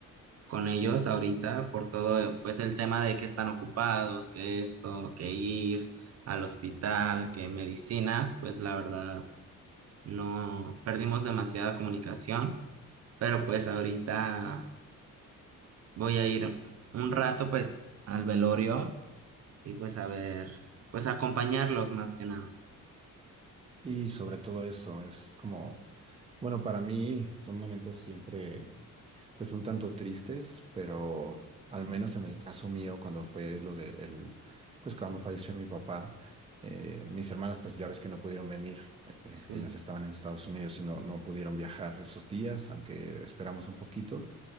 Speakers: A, on the right (about 50°); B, on the right (about 20°).
A: con ellos ahorita por todo, pues el tema de que están ocupados, que esto, que ir al hospital, que medicinas, pues la verdad no perdimos demasiada comunicación, pero pues ahorita voy a ir un rato pues al velorio y pues a ver, pues acompañarlos más que nada.
B: Y sobre todo eso, es como, bueno, para mí son momentos siempre, pues un tanto tristes, pero al menos en el caso mío, cuando fue lo de el, pues cuando falleció mi papá, eh, mis hermanas, pues ya ves que no pudieron venir.
A: Sí,
B: Ellas estaban en Estados Unidos y no, no pudieron viajar esos días, aunque esperamos un poquito.